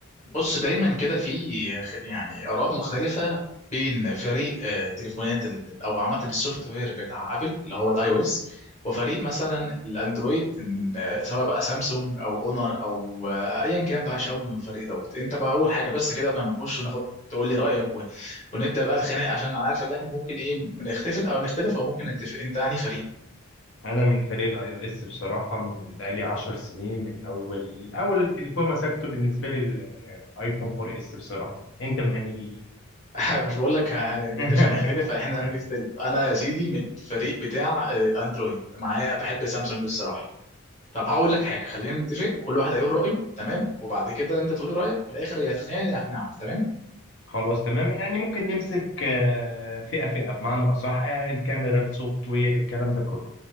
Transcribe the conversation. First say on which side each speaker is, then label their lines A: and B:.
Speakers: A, on the left; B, on the left.
A: بص دايما كده في خ- يعني اراء مختلفه بين فريق آه، تليفونات ال- او عامه السوفت وير بتاع ابل اللي هو الاي او اس وفريق مثلا الاندرويد إن، آه، سواء بقى سامسونج او اونر او آه، ايا كان بقى شاومي من الفريق دوت انت بقى اول حاجه بس كده قبل ما نخش وناخد تقول لي رايك و... ونبدا بقى الخناق عشان انا عارف ان احنا ممكن ايه نختلف او نختلف او ممكن نتفق انت يعني فريق
B: انا من فريق الاي او اس بصراحه من بقالي 10 سنين من اول اول تليفون مسكته بالنسبه لي الايفون 4 اس بصراحه انت من انهي جيل
A: <laughs> مش بقول لك هنتفق
B: <laughs>
A: هنختلف احنا هنختلف انا يا سيدي من الفريق بتاع آه، اندرويد معايا بحب سامسونج الصراحه طب هقول لك حاجه خلينا نتفق كل واحد هيقول رايه تمام وبعد كده انت تقولي رايك وفي الاخر يا تقنعني يا اقنعك تمام
B: خلاص تمام يعني ممكن نمسك آه، فئه فئه بمعنى اصح يعني الكاميرا السوفت وير الكلام ده كله